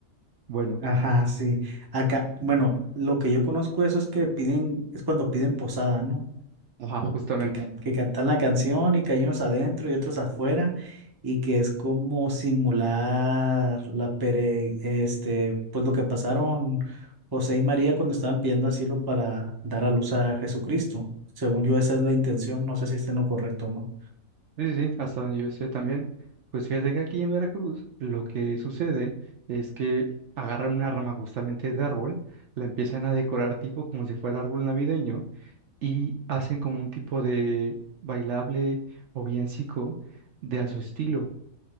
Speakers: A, on the right (about 65°); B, on the right (about 20°).
A: Bueno,
B: Ajá, sí. Acá, bueno, lo que yo conozco eso es que piden, es cuando piden posada, ¿no?
A: ajá, justamente.
B: Que, can- que cantan la canción y que hay unos adentro y otros afuera y que es como simular la pere, este, pues lo que pasaron José y María cuando estaban pidiendo asilo para dar a luz a Jesucristo. Según yo, esa es la intención. No sé si esté en lo correcto o no.
A: Sí, sí, sí, hasta donde yo sé también. Pues fíjate que aquí en Veracruz lo que sucede es que agarran una rama justamente de árbol, la empiezan a decorar tipo como si fuera árbol navideño y hacen como un tipo de bailable o villancico de a su estilo